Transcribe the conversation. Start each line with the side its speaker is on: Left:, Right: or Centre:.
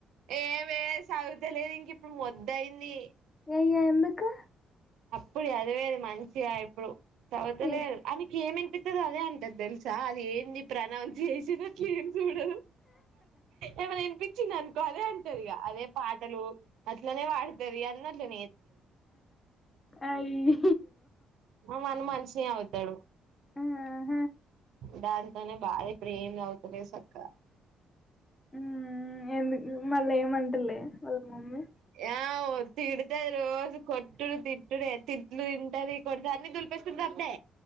Right: ఏమే సాగుతలేదు ఇంక ఇప్పుడు మొదుయింది
Left: ఏయ్యా ఎందుకా
Right: ఇప్పుడు అదివే అది మంచిగా ఇప్పుడు చౌత
Left: ఎ-
Right: అమెకి ఏమి త్త అదే అంటది తెలుసా అది ఏంది ప్రనౌన్స్ చేసినట్లు ఏం చూడదు ఏమైనా వినిపించింది అంత అదే అంటది ఇక అదే పాటలు అట్లా న వాడుత అన్నట్ న
Left: అయి
Right: మన మంచిని అవుతాడు
Left: ఆ
Right: డాన్స్ తనే బాదే ఇపుడేం చదువుతలేద్ సక్కగా
Left: ఊ ఎందుకు మళ్ళ ఏమంటలే వాళ్ళ మమ్మీ
Right: <unintelligible> తిడుతది రోజు కొట్టుడు తిట్టుడే తిట్లు తింటది కొడుతంది దులిపేసుకుంటది అప్పుడే